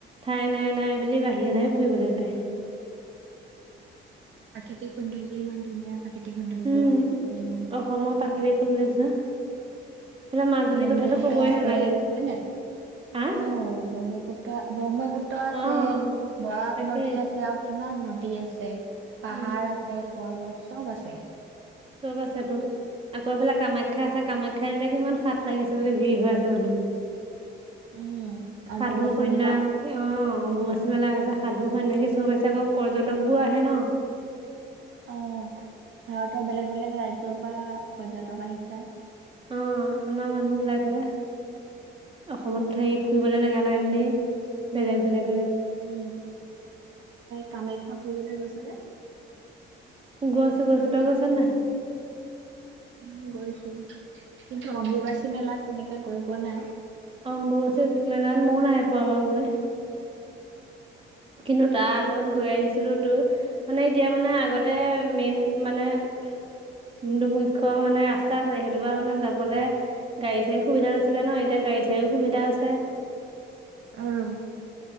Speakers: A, on the right (about 25°); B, on the right (about 70°).
A: ঠাই নাই নাই বুলি বাহিৰলৈহে ফুৰিবলৈ যায়।
B: প্ৰাকৃতিক সৌন্দৰ্য ইমান ধুনীয়া প্ৰাকৃতিক সৌন্দৰ্য্য
A: উম
B: অসমৰ।
A: অসমৰ প্ৰাকৃতিক সৌন্দৰ্য এইফালে মাজুলীৰ
B: ব্ৰহ্মপুত্ৰই
A: কথাটো কবই
B: আছে
A: নালাগে
B: হয় নাই,
A: হা
B: অ', ব্ৰহ্ম পুত্ৰ ব্ৰহ্মপুত্ৰ আছে,
A: অ',
B: বৰাক
A: তাকেই
B: নদী আছে আৰু কিমান নদী আছে। পাহাৰ
A: উম,
B: আছে পৰ্বত চব আছে।
A: চব আছেটো। আকৌ এইফালে কামাখ্যা আছে কামাখ্যা এতিয়া কিমান হাত লাগিছে বুলি ভিৰ হৈ আছে মানুহ।
B: উম
A: সাধু
B: অম্বুবাচী
A: সন্যাস
B: মেলা
A: অ', অম্বুবাচী মেলা আছে সাধু সন্ন্যাসী চব আহিছে আকৌ পৰ্যটকবোৰ আহে ন
B: অ', ভাৰতৰ বেলেগ বেলেগ ৰাজ্যৰ পৰা পৰ্যটক আহিছে।
A: অ', আমাৰ মানুহ বিলাকহে অসমত সেই ফুৰিবলৈ জেগা নাই বুলি বেলেগ বেলেগ
B: উম <unintelligible> কামাখ্যা ফুৰিবলৈ গৈছানে?
A: গৈছোঁ গৈছোঁ তই গৈছ নাই?
B: ময়ো গৈছো কিন্তু অম্বুবাচী মেলাত তেনেকে গৈ পোৱা নাই।
A: অম্বুবাচী মেলাত ময়ো নাই পোৱা বাৰু গৈ। কিন্তু তাৰ আগত গৈ আহিছিলো তোৰ মানে এতিয়া মানে আগতে মেইন মানে যোনটো মুখ্য মানে ৰাস্তা আছে সেইটো পা মানে যাবলৈ গাড়ী চাড়ী সুবিধা নাছিলে ন এতিয়া গা গাড়ী চাড়ী সুবিধা আছে।
B: অ',